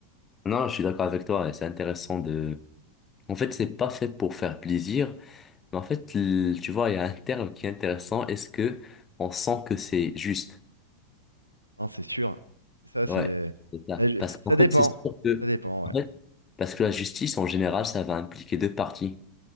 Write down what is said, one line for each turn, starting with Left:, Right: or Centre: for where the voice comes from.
Left: Non, je suis d'accord avec toi. C'est intéressant de... En fait, c'est pas fait pour faire plaisir. Mais en fait, l- tu vois, il y a un terme qui est intéressant. Est-ce que on sent que c'est juste?
Right: Hein, c'est sûr. C'est Ça, c'est,
Left: Ouais, c'est ça.
Right: là, je-
Left: Parce qu'en
Right: ça dépend.
Left: fait, c'est sûr que,
Right: Ça dépend, ouais.
Left: en fait, parce que la justice, en général, ça va impliquer deux parties.